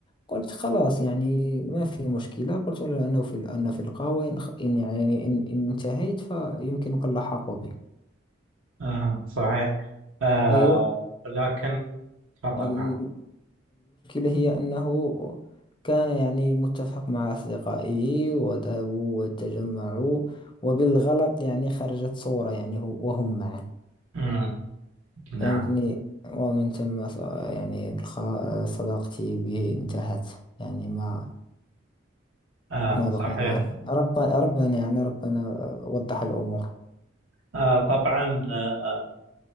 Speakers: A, on the left (about 25°); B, on the right (about 80°).
A: قلت خلاص يعني ما في مشكلة قلت له أنه في أن في القهوة إن خ- إن يعني إن, إن انتهيت فيمكنك اللحاق بي
B: آه صحيح آه
A: أيوة
B: لكن تفضل
A: فالمشكلة
B: نعم
A: هي أنه كان يعني متفق مع أصدقائه وذهبوا وتجمعوا وبالغلط يعني خرجت صورة يعني هو- وهم معا
B: مم. نعم
A: فهمتني ومن ثم ص- يعني الخ- صداقتي به انتهت يعني ما
B: آه
A: ما
B: صحيح
A: بقينا رب ربنا يعني ربنا وضح الأمور
B: آه طبعا آه آه